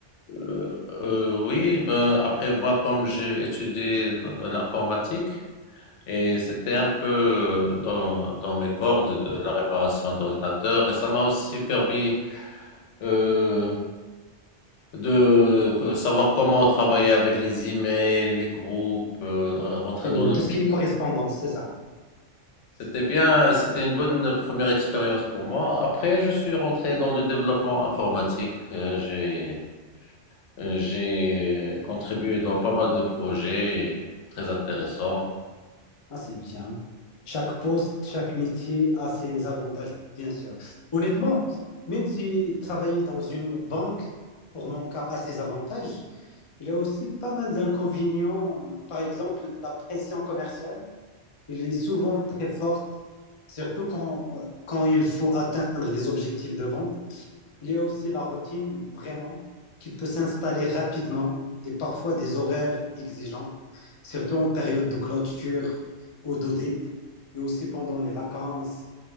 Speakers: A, on the left (about 80°); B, on the left (about 45°).
A: euh, euh, oui, ben, après moi, comme j'ai étudié dans- dans l'informatique, et c'était un peu euh, dans, dans mes cordes de la réparation d'ordinateurs, et ça m'a aussi permis euh, de que- savoir comment travailler avec les emails, les groupes, euh, rentrer
B: C'est bien.
A: dans le...
B: Tout ce qui est correspondance, c'est ça.
A: C'était bien, c'était une bonne première expérience pour moi. Après, je suis rentré dans le développement informatique. Euh, j'ai, euh, j'ai contribué dans pas mal de projets très intéressants.
B: Ah, c'est bien. Chaque poste, chaque métier a ses avantages, bien sûr. Honnêtement, même si travailler dans une banque, pour mon cas, a ses avantages, il y a aussi pas mal d'inconvénients. Par exemple, la pression commerciale, elle est souvent très forte, surtout quand, euh, quand il faut atteindre des objectifs de vente. Il y a aussi la routine, vraiment, qui peut s'installer rapidement et parfois des horaires exigeants, surtout en période de clôture ou d'audit et aussi pendant les vacances.